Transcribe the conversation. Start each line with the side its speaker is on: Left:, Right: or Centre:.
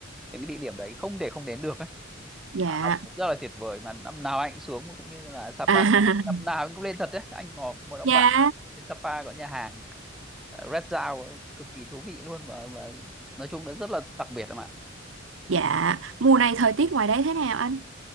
Centre: những cái địa điểm đấy không để không đến được ấy.
Right: dạ.
Centre: Hạ Long cũng rất là tuyệt vời mà năm nào anh cũng xuống cũng như là Sapa
Right: <laughs> À,
Centre: năm nào anh cũng lên thật đấy anh ngỏ một ông
Right: dạ,
Centre: bạn trên Sapa có nhà hàng ờ, Red Dao ấy, cực kỳ thú vị luôn và, và nói chung nó rất là đặc biệt em ạ
Right: dạ. Mùa này thời tiết ngoài đấy thế nào anh?